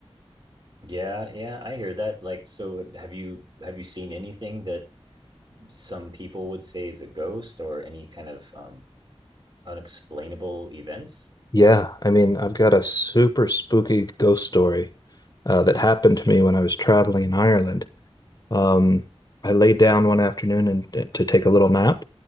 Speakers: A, on the right (about 45°); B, on the left (about 40°).
A: yeah yeah i hear that like so have you have you seen anything that some people would say is a ghost or any kind of um, unexplainable events.
B: Yeah, I mean, I've got a super spooky ghost story uh, that happened to me when I was traveling in Ireland. Um, I laid down one afternoon and uh, to take a little nap,